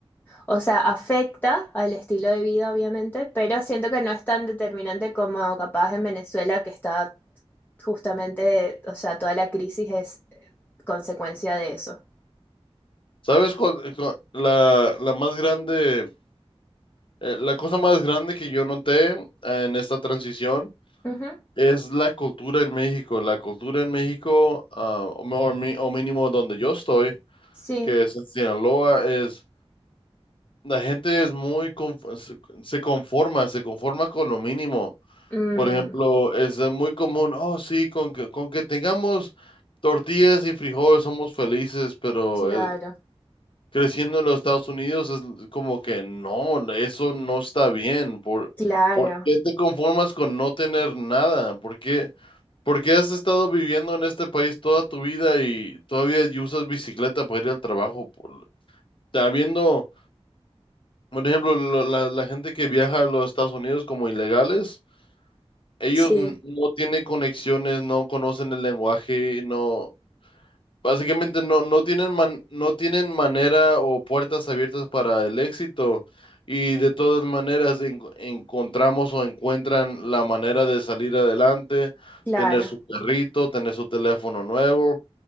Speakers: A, on the left (about 15°); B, on the left (about 50°).
A: o sea, afecta al estilo de vida, obviamente, pero siento que no es tan determinante como capaz en Venezuela, que está justamente, o sea, toda la crisis es eh, consecuencia de eso.
B: ¿Sabes cuál, cu- la, la más grande, eh, la cosa más grande que yo noté eh, en esta transición
A: Ujú,
B: es la cultura en México. La cultura en México, ah, o, o mi- o mínimo donde yo estoy,
A: Sí,
B: que es en Sinaloa, es, la gente es muy, conf- se se conforma, se conforma con lo mínimo.
A: Mm,
B: Por ejemplo, es de muy común, oh sí, con que, con que tengamos tortillas y frijoles somos felices, pero
A: claro,
B: eh, creciendo en los Estados Unidos es como que no, eso no está bien. ¿Por,
A: claro.
B: por qué te conformas con no tener nada? ¿Por qué, por qué has estado viviendo en este país toda tu vida y todavía y usas bicicleta para ir al trabajo? Por, habiendo, por ejemplo, lo- la, la gente que viaja a los Estados Unidos como ilegales. Ellos
A: Sí,
B: n- no tienen conexiones, no conocen el lenguaje, no, básicamente no, no tienen man- no tienen manera o puertas abiertas para el éxito. Y de todas maneras en- encontramos o encuentran la manera de salir adelante,
A: claro.
B: tener su perrito, tener su teléfono nuevo.